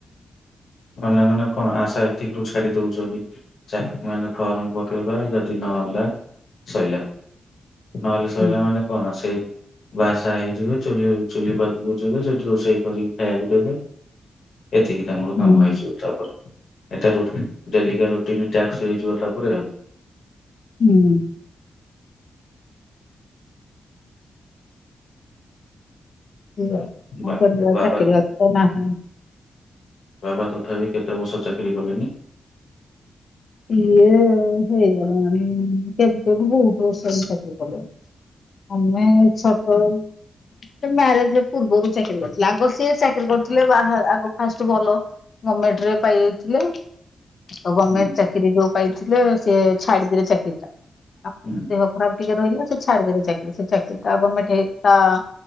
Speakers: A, on the left; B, on the left.
A: ଅନ୍ୟମାନେ କଣ ଆଶା ଏତିକରୁୁ ଛାଡ଼ି ଦଉଛନ୍ତି। ଚାକିର ମାନେ ଫର୍ମ ପକେଇବା ଯଦି ନହେଲା ସଇଲା। ନହେଲେ ସଇିଲା
B: ହୁଁ।
A: ମାନେ କଣ ସେଇ ବାହା ସାହା ହେଇଯିବେ ଚୁଲି ଚୁଲି ପାଖକୁ ଯିବେ ସେଠି ରୋଷେଇ କରିକି ଖାଇବାକୁ ଦେବେ। ଏତିକି କାମ। କମ
B: ହୁଁ
A: ହେଇଯିବ ତାପରେ ଏଠା ରୁଟି ଡେଲିିକା ରୁଟିନ୍ ଟ୍ୟାକ୍ସ ହେଇଯିବ ତାପରେ ଆଉ।
B: ହୁଁ। ସେୟା କଣ
A: ବା
B: କରିଆ
A: ବାବା
B: ଚାକିରି ବାକିରି ତ ନାହିଁ।
A: ବାବା ତଥାପି କେତେ ବର୍ଷ ଚାକିରି କଲେନି?
B: ଇଏ ହେଇଗଲାଣି କେବେଠୁ ବହୁତ ବର୍ଷହେଲା ଚାକିରି କଲେଣି। ଆମେ <unintelligible> ସେ ମ୍ୟାରେଜ ପୂର୍ବରୁ ଚାକିରି କରିଥିଲେ ଆଗ ସିଏ ଚାକିରି କରିଥିଲେ ବାହା ଅଗ ଫାଷ୍ଟ ଭଲ ଗମେଟରେ ପାଇ ଥିଲେ ଆ ଗମେଣ୍ଟ
A: ହୁଁ
B: ଚାକିରୀ ଯୋଉ ପାଇଥିଲେ ସିଏ ଛାଡିଦେଲେ ଚାକିରି ଟା।
A: ହୁଁ।
B: ଦେହ ଖରାପ ଟିକେ ରହିଲା ସେ ଛାଡିଦେଲେ ଚାକିରି ସେ ଚାକିରି ଟା ଗୋର୍ମେଣ୍ଟ <unintelligible>